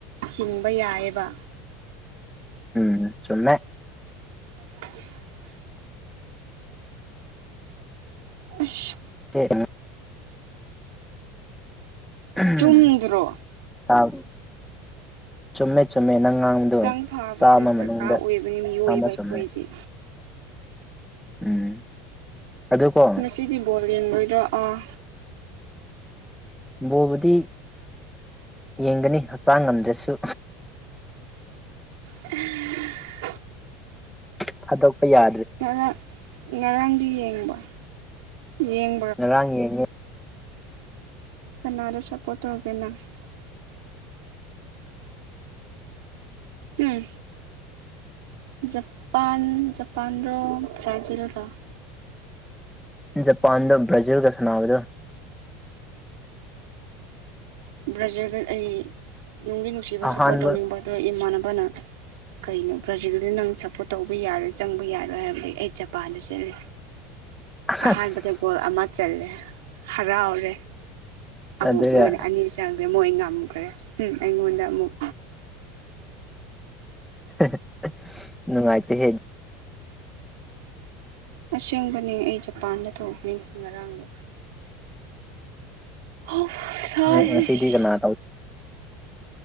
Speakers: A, on the right; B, in the centre.
A: ꯍꯤꯡꯕ ꯌꯥꯏꯑꯦꯕ꯫
B: ꯎꯝ ꯆꯨꯝꯃꯦ꯫
A: <inaudible> ꯑꯁ
B: ꯇꯦ <unintelligible> ꯑꯍꯝ
A: ꯆꯨꯝꯗ꯭ꯔꯣ
B: ꯇꯥꯕꯔꯣ ꯆꯨꯝꯃꯦ꯫ ꯆꯨꯝꯃꯦ ꯅꯪ ꯉꯥꯡꯕꯗꯣ
A: ꯍꯛꯆꯥꯡ ꯐꯕꯁꯦ
B: ꯆꯥꯝꯃ
A: ꯗꯔꯀꯥꯔ
B: ꯃꯅꯨꯡꯗ
A: ꯑꯣꯏꯕꯅꯤ ꯃꯤꯑꯣꯏꯕ
B: ꯆꯥꯝꯃ
A: ꯑꯩꯈꯣꯏꯗꯤ
B: ꯆꯨꯝꯃꯦ꯫ ꯎꯝ ꯑꯗꯨꯀꯣ
A: ꯉꯁꯤꯗꯤ ꯕꯣꯜ ꯌꯦꯡꯉꯣꯏꯗ꯭ꯔꯣ ꯑꯥ
B: ꯕꯣꯜꯕꯨꯗꯤ ꯌꯦꯡꯒꯅꯤ ꯍꯛꯆꯥꯡ ꯉꯝꯗ꯭ꯔꯁꯨ꯫
A: ꯑ
B: ꯑ ꯍꯥꯏꯗꯣꯛꯄ ꯌꯥ
A: ꯉꯔꯥꯡ ꯉꯔꯥꯡꯗꯤ ꯌꯦꯡꯕꯣ ꯌꯦꯡ
B: ꯉꯔꯥꯡ ꯌꯦꯡꯉꯦ꯫
A: ꯀꯅꯥꯗ ꯁꯄꯣꯔꯠ ꯇꯧꯒꯦ ꯅꯪ ꯫ ꯍꯝ ꯖꯄꯥꯟ ꯖꯄꯥꯟꯔꯣ ꯕ꯭ꯔꯥꯖꯤꯜꯔꯣ ꯫
B: ꯖꯄꯥꯟꯗ ꯕ꯭ꯔꯥꯖꯤꯜꯒ ꯁꯥꯟꯅꯕꯗꯣ꯫
A: ꯕ꯭ꯔꯥꯖꯤꯜꯗ ꯑꯩ ꯅꯨꯡꯗꯤ ꯅꯨꯡꯁꯤꯕ
B: ꯑꯍꯥꯟꯕ
A: ꯁꯞꯄꯣꯔꯠ ꯇꯧꯅꯤꯡꯕ ꯑꯗꯣ ꯏꯃꯥꯟꯅꯕꯅ ꯀꯩꯅꯣ ꯕ꯭ꯔꯥꯖꯤꯜꯗ ꯅꯪ ꯁꯞꯄꯣꯔꯠ ꯇꯧꯕ ꯌꯥꯔꯣꯏ ꯆꯪꯕ ꯌꯥꯔꯣꯏ ꯍꯥꯏꯕꯗꯒꯤ ꯑꯩ ꯖꯄꯥꯟꯗ ꯆꯠꯂꯦ꯫
B: <inaudible> ꯑꯁ
A: ꯑꯍꯥꯟꯕꯗ ꯒꯣꯜ ꯑꯃ ꯆꯜꯂꯦ ꯍꯔꯥꯎꯔꯦ ꯑꯃꯨꯛ
B: ꯑꯗꯨꯒ
A: ꯃꯣꯏꯅ ꯑꯅꯤ ꯆꯟꯒꯔꯦ ꯃꯣꯏ ꯉꯝꯒ꯭ꯔꯦ ꯍꯨꯝ ꯑꯩꯉꯣꯟꯗ ꯑꯃꯨꯛ꯫
B: ꯍꯦ ꯍꯦ ꯅꯨꯡꯉꯥꯏꯇꯦ ꯍꯦ
A: ꯑꯁꯦꯡꯕꯅꯦ ꯑꯩ ꯖꯄꯥꯟꯗ ꯇꯧꯕꯅꯤ ꯉꯔꯥꯡꯗꯤ꯫ ꯑꯣꯐ ꯁꯥꯏꯍꯦꯁ
B: ꯉꯁꯤꯗꯤ ꯀꯅꯥ ꯇꯧ